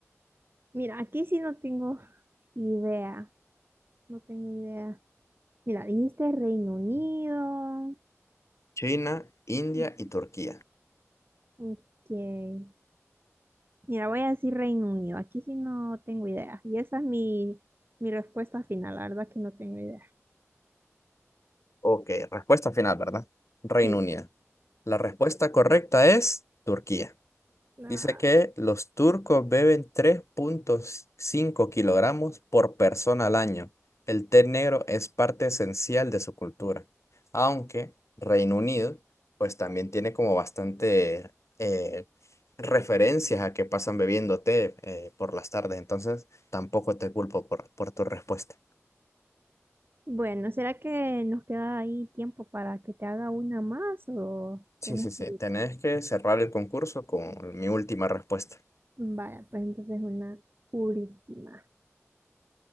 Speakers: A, on the right; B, on the left.
A: Mira, aquí sí no tengo idea. No tengo idea. Mira, dijiste Reino Unido.
B: China, India
A: Ujú.
B: y Turquía.
A: Ok. Mira, voy a decir Reino Unido. Aquí sí no tengo idea. Y esa es mi, mi respuesta final. La verdad que no tengo idea.
B: Ok, respuesta final, ¿verdad? Reino
A: Sí.
B: Unido. La respuesta correcta es Turquía.
A: Ah,
B: Dice que los turcos beben 3.5 kilogramos por persona al año. El té negro es parte esencial de su cultura, aunque Reino Unido pues también tiene como bastante eh, referencias a que pasan bebiendo té eh, por las tardes, entonces tampoco te culpo por, por tu respuesta.
A: bueno, ¿será que nos queda ahí tiempo para que te haga una más o
B: Sí,
A: tenés
B: sí, sí,
A: que ir?
B: tenés que cerrar el concurso con mi última respuesta.
A: Vaya, pues entonces una última.